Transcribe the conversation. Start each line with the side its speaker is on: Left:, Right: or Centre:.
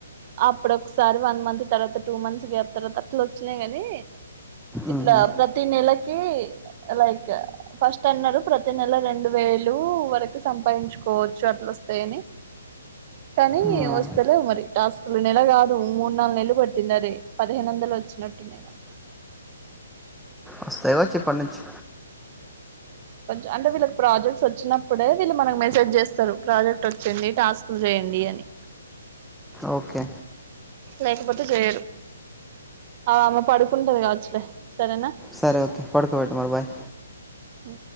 Right: అప్పుడ ఒకసారి వన్ మంత్ తర్వాత టూ మంత్స్ గ్యాప్ తర్వాత అట్లు వచ్చినాయి గాని ఇట్లా
Centre: ఉమ్.
Right: ప్రతి నెలకి లైక్ ఫస్ట్ అన్నారు ప్రతి నెల రెండు వేలు వరకు సంపాదించుకోవచ్చు అట్లొస్తాయని కానీ
Centre: ఉమ్.
Right: వస్తలే మరి టక్కు నెల కాదు మూడు నాలుగు నెలలు పట్టిన రే పదిహేను వందలు వచ్చినట్టున్నాయి నాకు
Centre: వస్తాయిగావచ్చు ఇప్పటి నుంచి
Right: కొంచం అంటే వీళ్ళకి ప్రాజెక్ట్స్ వచ్చినప్పుడే వీళ్ళు మనకి మెసేజ్ చేస్తారు ప్రాజెక్ట్ వచ్చింది టాస్క్ చేయండి అని
Centre: ఓకె
Right: లేకపోతే చేయరు ఆ అమ్మ పడుకుంటది కావచ్చలే సరేనా
Centre: సరే ఓకే పడుకోబెట్టు మరి బాయ్
Right: హు